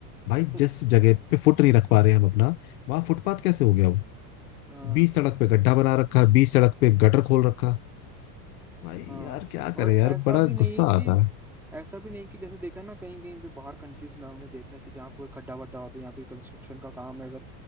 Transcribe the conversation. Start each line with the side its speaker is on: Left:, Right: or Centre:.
Left: भाई
Centre: <laughs>
Left: जिस जगह पे फुट नहीं रख पा रहे हैं हम अपना वहां फुटपाथ कैसे हो गया वो
Centre: हाँ
Left: बीच सड़क पे गड्ढा बना रखा बीच सड़क पे गटर खोल रखा भाई
Centre: हाँ
Left: यार क्या
Centre: और
Left: करे यार
Centre: ऐसा
Left: बड़ा
Centre: भी नहीं
Left: गुस्सा
Centre: कि
Left: आता है
Centre: ऐसा भी नहीं कि जैसे देखा ना कहीं कहीं पे बाहर कंट्रीज में हमने देखा कि जहाँ पे कोई खड्डा वड्डा होता है या कोई कंस्ट्रक्शन का काम है अगर